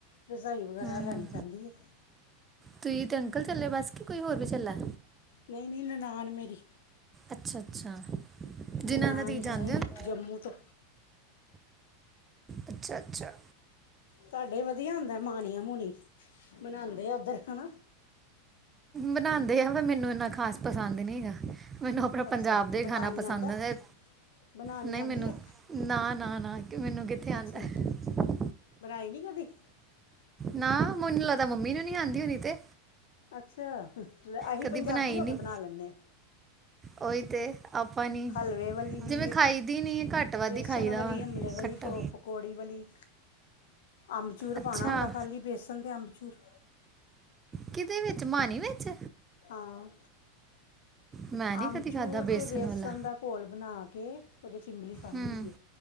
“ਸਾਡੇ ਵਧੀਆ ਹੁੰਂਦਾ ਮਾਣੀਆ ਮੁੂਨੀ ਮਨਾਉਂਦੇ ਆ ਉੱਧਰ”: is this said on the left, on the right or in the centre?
Left